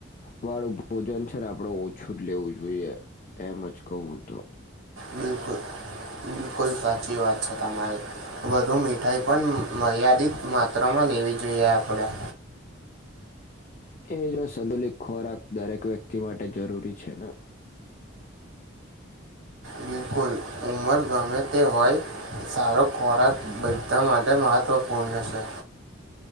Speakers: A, on the left (about 35°); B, on the right (about 75°).
A: વાળું ભોજન છે ને આપડે ઓછું જ લેવું જોઈએ એમ જ કહું હું તો
B: બિલકુલ બિલકુલ સાચી વાત છે તમારી વધુ મીઠાઈ પણ મર્યાદિત માત્રામાં લેવી જોઈએ આપણેે
A: એનો સંતુલિત ખોરાક દરેક વ્યક્તિ માટે જરૂરી છે ને
B: બિલકુલ ઉંમર ગમે તે હોય સારો ખોરાક બધા માટે મહત્વપૂર્ણ છે.